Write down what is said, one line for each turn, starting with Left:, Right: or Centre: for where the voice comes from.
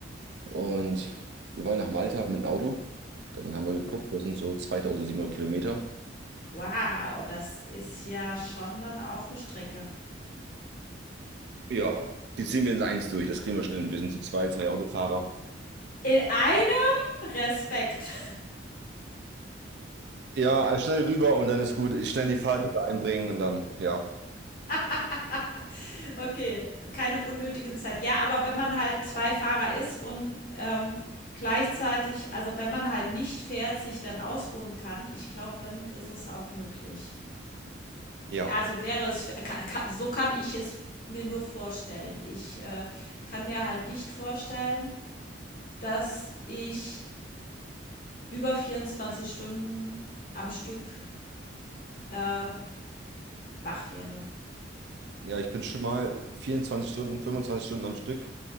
Right: und wir wollen nach Malta mit dem Auto. Dann haben wir geguckt, das sind so 2700 Kilometer.
Left: Wow, das ist ja schon dann auch eine Strecke.
Right: Ja, die ziehen wir in eins durch, das kriegen wir schnell hin. Wir sind zu zwei, zwei Autofahrer.
Left: In einem Respekt.
Right: Ja, also schnell rüber und dann ist gut. Ich Schnell die Fahrrad einbringen und dann, ja,
Left: <laughs> Okay, keine unnötigen Zeit. Ja, aber wenn man halt 2 Fahrer ist und, ähm, gleichzeitig also, wenn man halt nicht fährt, sich dann ausruhen kann, ich glaube, dann ist es auch möglich.
Right: ja.
Left: Also, wäre es ka ka so kann ich es mir nur vorstellen. Ich, äh, kann mir halt nicht vorstellen, dass ich über 24 Stunden am Stück, äh, wach wäre.
Right: Ja, ich bin schon mal 24 Stunden, 25 Stunden am Stück